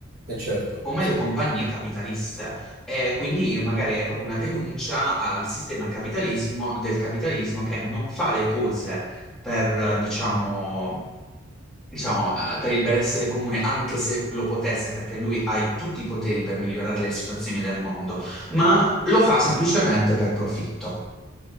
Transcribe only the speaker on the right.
E certo,
sì.